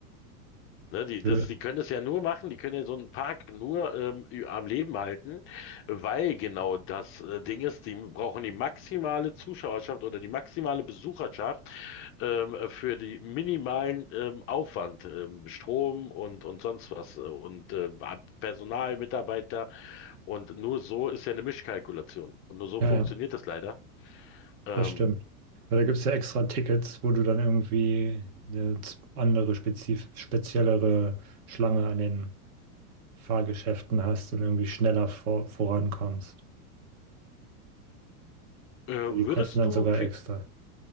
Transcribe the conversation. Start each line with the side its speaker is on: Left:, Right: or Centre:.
Left: Ne, die, das,
Right: Höhe.
Left: die können es ja nur machen, die können ja so einen Park nur ähm, ü- am Leben halten, weil genau das äh, Ding ist, die brauchen die maximale Zuschauerschaft oder die maximale Besucherschaft ähm, für die minimalen ähm, Aufwand, ähm, Strom und, und sonst was äh, und äh, Personal, Mitarbeiter und nur so ist ja eine Mischkalkulation und nur so
Right: Ja,
Left: funktioniert
Right: ja.
Left: das leider. Ähm,
Right: Das stimmt. Weil da gibt es ja extra Tickets, wo du dann irgendwie eine z- andere, spezif speziellere Schlange an den Fahrgeschäften hast und irgendwie schneller vor vorankommst.
Left: äh,
Right: Die
Left: würdest
Right: kosten dann
Left: du
Right: sogar
Left: für
Right: extra.